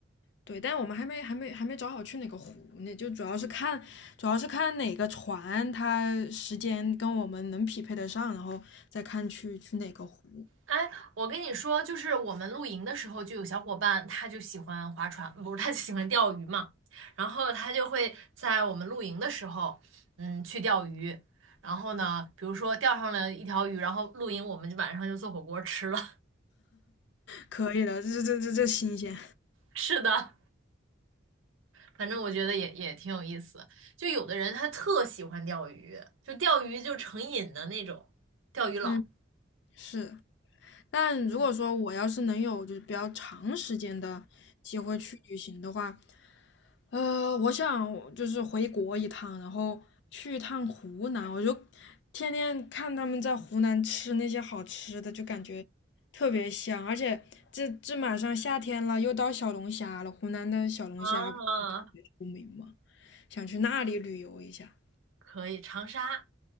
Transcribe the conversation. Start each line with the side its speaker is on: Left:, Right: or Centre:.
Left: 对，但我们还没还没还没找好去哪个湖呢，就主要是看主要是看哪个船它时间跟我们能匹配得上，然后再看去去哪个湖。
Right: 哎，我跟你说，就是我们露营的时候，就有小伙伴他就喜欢划船，不是他就喜欢钓鱼嘛，然后他就会在我们露营的时候，嗯，去钓鱼。然后呢，比如说钓上了一条鱼，然后露营我们就晚上就做火锅吃了。
Left: 可以的，这这这这新鲜。
Right: <laughs> 是的。反正我觉得也也挺有意思。就有的人他特喜欢钓鱼，就钓鱼就成瘾的那种，钓鱼佬。
Left: 嗯，是。但如果说我要是能有就是比较长时间的机会去旅行的话，呃，我想我就是回国一趟，然后去一趟湖南，我就天天看他们在湖南吃那些好吃的，就感觉特别香。而且这这马上夏天了，又到小龙虾了，湖南的小龙虾不是特别出名嘛，
Right: 啊，
Left: 想去那里旅游一下。
Right: 可以，长沙